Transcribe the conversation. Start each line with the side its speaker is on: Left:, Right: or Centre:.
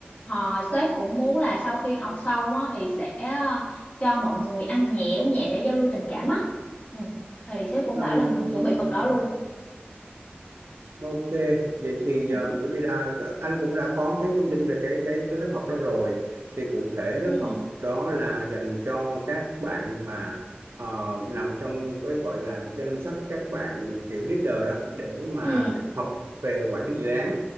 Left: họ sếp cũng muốn là sau khi học xong á, thì sẽ ờ, cho mọi người ăn nhẹ uống nhẹ để giao lưu tình cảm á ừ. thì sếp cũng
Right: Ừm,
Left: bảo là mình chuẩn bị phần đó luôn
Right: ok vậy thì
Left: ừ.
Right: ờ, bởi vì là anh cũng đã có cái thông tin về cái cái cái lớp học đó rồi thì cụ thể lớp
Left: ừ
Right: học đó là dành cho các bạn mà ờ, nằm trong cái gọi là danh sách các bạn kiểu leader đó để mà
Left: ừ
Right: học về quản lý dự án